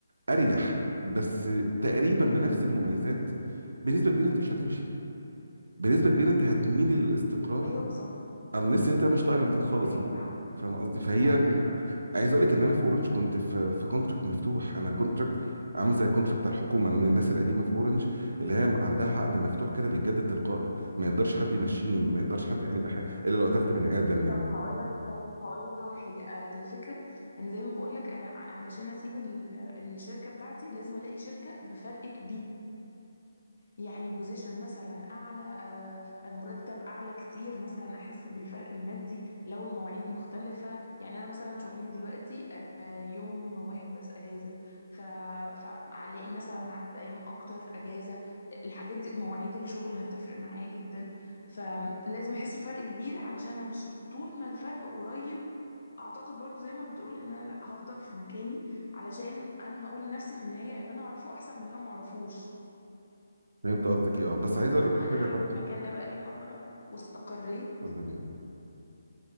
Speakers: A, on the right; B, on the left.
A: أريح بس تقريبا بنفس المميزات بنسبة كبيرة أنت مش هتمشي بنسبة كبيرة أنت هتميل للاستقرار
B: ايوه بالظبط
A: unless أنت مش طايق المكان خالص
B: ايوه فعلا
A: فاهم قصدي؟ فهي
B: ايوه ايوه
A: عايز اقول لك ان انا في اورنج كنت في في كونتراكت مفتوح انا كونتراكت عامل زي الكونتراكت بتاع الحكومه انا من الناس القديمه في اورنج اللي هي عندها عقد مفتوح كده بيتجدد تلقائي ما يقدرش حد يمشيني ما يقدرش حد
B: ايوه
A: يعمل لي حاجه الا لو قتلت
B: فهمك.
A: بني ادم يعني
B: طب هقول لك طب هقول لك على حاجة آه، الفكرة ان زي ما بقول لك انا ع- علشان اسيب ال- الشركة بتاعتي لازم الاقي شركة بفرق كبير يعني بوزيشن مثلا اعلى آه، مرتب اعلى كتير مثلا احس بالفرق المادي لو المواعيد مختلفه يعني انا مثلا شغلي دلوقتي آه، يوم واحد بس اجازه ف... فالاقي مثلا عدد ايام اكتر اجازه الحاجات دي مواعيد الشغل هتفرق معايا جدا فلازم احس بفرق كبير علشان امشي طول ما الفرق قريب اعتقد برضو زي ما بتقول ان انا لا هفضل في مكاني علشان انا هقول لنفسي في النهايه اللي انا اعرفه احسن من اللي انا ما اعرفوش
A: فهمت قصدك ايه اه بس عايز
B: طالما
A: اقول لك على حاجه
B: انا قاعده
A: برضه
B: في المكان ده بقالي فتره واستقريت
A: اتفضلي يعني